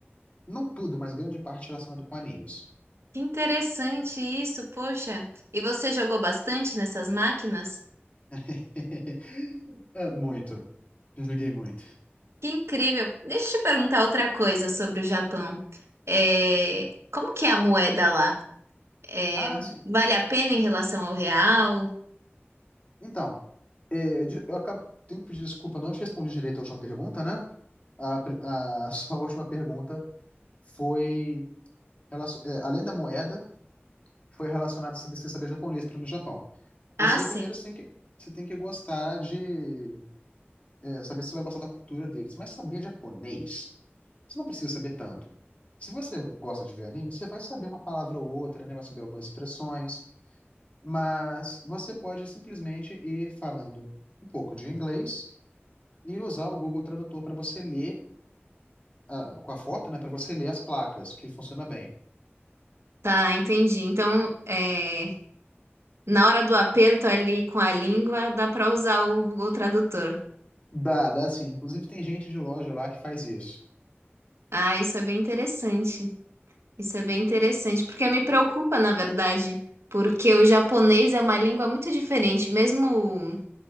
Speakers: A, on the left; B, on the right.
A: não tudo, mas grande parte relacionado com animes.
B: Que interessante isso, poxa. E você jogou bastante nessas máquinas?
A: <laughs> É, muito. Joguei muito.
B: Que incrível. Deixa eu te perguntar outra coisa sobre o Japão. É, Como que é a moeda lá? É,
A: Ah, sim.
B: Vale a pena em relação ao real?
A: Então, é, de- eu acabo, tenho que pedir desculpa, eu não te respondi direito a última pergunta, né? A, pri- a <laughs> sua última pergunta foi, relacio- é, além da moeda, foi relacionada sobre você saber japonês para ir no Japão.
B: Ah,
A: Você
B: sim.
A: primeiro você tem que, você tem que gostar de, é, saber se você vai gostar da cultura deles, mas saber japonês, você não precisa saber tanto. Se você gosta de ver anime, você vai saber uma palavra ou outra, né? Vai saber algumas expressões, mas você pode simplesmente ir falando um pouco de inglês e usar o Google Tradutor para você ler, ah, com a foto, né? Para você ler as placas, que funciona bem.
B: Tá, entendi. Então, é, na hora do aperto ali com a língua, dá pra usar o Google Tradutor.
A: Dá, dá sim. Inclusive tem gente de loja lá que faz isso.
B: Ah, isso é bem interessante. Isso é bem interessante, porque me preocupa, na verdade, porque o japonês é uma língua muito diferente, mesmo